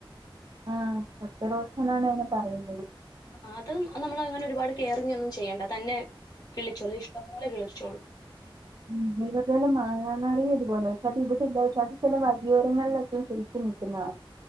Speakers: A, on the right (about 50°); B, on the left (about 45°).
A: ആ ഒറ്റ ദോസനാണ് അതിനെപറയുന്നത്
B: ആ അതും നമ്മൾ അങ്ങനെ ഒരുപാട് കെയറിങ് ഒന്നും ചെയ്യേണ്ട തന്നെ കിളിച്ചോളും ഇഷ്ടംപോലെ കിളി ച്ചോളും
A: ഉം <unintelligible> മാങ്ങ നാറി ഇതുപോലെ പക്ഷെ അത് ഇവിടെല്ല പക്ഷെ അത് ചില വലിയോരങ്ങളിലൊക്കെയും കിളിച് നിൽക്കുന്നത് കാണ